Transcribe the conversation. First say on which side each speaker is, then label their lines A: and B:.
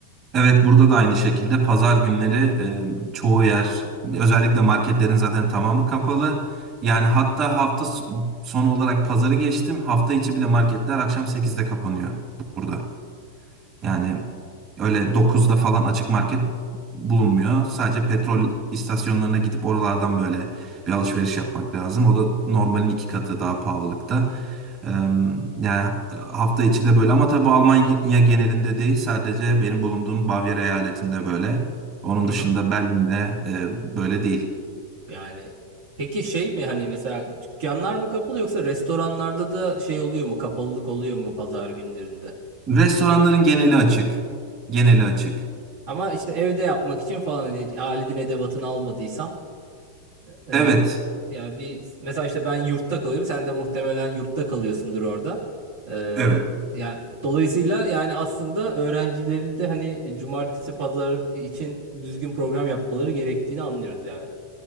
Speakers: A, on the right (about 40°); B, on the right (about 80°).
A: Evet burada da aynı şekilde pazar günleri e, çoğu yer özellikle marketlerin zaten tamamı kapalı. Yani hatta hafta s- sonu olarak pazarı geçtim. Hafta içi bile marketler akşam sekizde kapanıyor burada. Yani öyle dokuzda falan açık market bulunmuyor. Sadece petrol istasyonlarına gidip oralardan böyle bir alışveriş yapmak lazım. O da normalin iki katı daha pahalılıkta. Eee, Yani hafta içi de böyle ama tabii bu Almanya genelinde değil. Sadece benim bulunduğum Bavyera eyaletinde böyle. Onun
B: Hı
A: dışında
B: hı.
A: Berlin'de eee, böyle değil.
B: Yani peki şey mi hani mesela dükkanlar mı kapalı yoksa restoranlarda da şey oluyor mu kapalılık oluyor mu pazar günlerinde?
A: Restoranların geneli açık. Geneli açık.
B: Ama işte evde yapmak için falan hani aletin edevatını almadıysan Ee,
A: Evet.
B: yani bir mesela işte ben yurtta kalıyorum. Sen de muhtemelen yurtta kalıyorsundur orada. Ee,
A: Evet.
B: yani dolayısıyla yani aslında öğrencilerin de hani cumartesi pazar için düzgün program yapmaları gerektiğini anlıyoruz yani.